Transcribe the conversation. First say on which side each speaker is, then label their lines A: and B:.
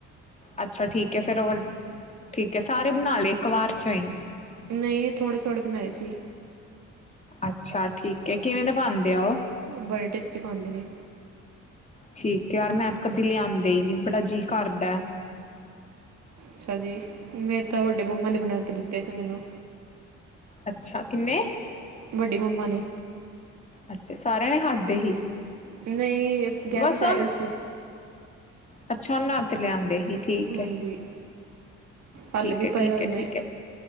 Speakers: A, on the left; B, on the right.
A: ਅੱਛਾ ਠੀਕ ਹੈ। ਫੇਰ ਉਹ ਠੀਕ ਹੈ ਸਾਰੇ ਬਣਾ ਲਏ ਇੱਕ ਵਾਰ'ਚ ਹੀ?
B: ਨਹੀਂ, ਥੋੜੇ -ਥੋੜੇ ਬਣਾਏ ਸੀ।
A: ਅੱਛਾ, ਠੀਕ ਹੈ ਕਿਵੇਂ ਦਾ ਬਣਦੇ ਆ ਉਹ?
B: ਬੜੇ ਟੇਸਟੀ ਬਣਦੇ ਨੇ।
A: ਠੀਕ ਹੈ ਯਾਰ, ਮੈਂ ਤੇ ਕਦੇ ਲਿਆਂਦੇ ਹੀ ਨੀ ਬੜਾ ਜੀਅ ਕਰਦਾ।
B: ਅੱਛਾ ਜੀ, ਮੇਰੇ ਤਾਂ ਵੱਡੇ ਮੰਮਾ ਨੇ ਬਣਾ ਕੇ ਦਿੱਤੇ ਸੀ ਮੈਨੂੰ।
A: ਅੱਛਾ, ਕਿਹਨੇ?
B: ਵੱਡੀ ਮੰਮਾ ਨੇ।
A: ਅੱਛਾ, ਸਾਰਿਆਂ ਨੇ ਖਾਦੇ ਹੀ?
B: ਨਹੀਂ, ਗੈਸਟ
A: ਬਸ ਹੁਣ
B: ਆਏ ਹੋਏ ਸੀ।
A: ਅੱਛਾ, ਉਹਨਾਂ'ਤੇ ਲਿਆਂਦੇ ਹੀ। ਠੀਕ
B: ਹਾਂਜੀ
A: ਹੈ- ਠੀਕ
B: ਹੱਲ ਵੀ
A: ਹੈ,
B: ਪਏ
A: ਠੀਕ
B: ਹੋਏ
A: ਹੈ-
B: ਨੇ
A: ਠੀਕ ਹੈ।